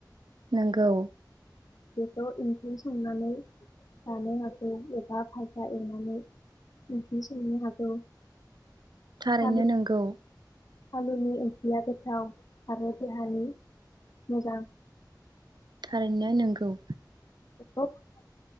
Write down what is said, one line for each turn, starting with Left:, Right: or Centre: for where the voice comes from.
Right: नोंगौ
Left: बेखौ ओंख्रि संनानै जानो हागौ एबा भाजा एवनानै ओंख्रि संनो हागौ
Right: थारैनो
Left: आलु
Right: नोंगौ।
Left: आलुनि ओंख्रिया गोथाव आरो देहानि मोजां
Right: थारैनो नोंगौ।
Left: बेखौ फाननानै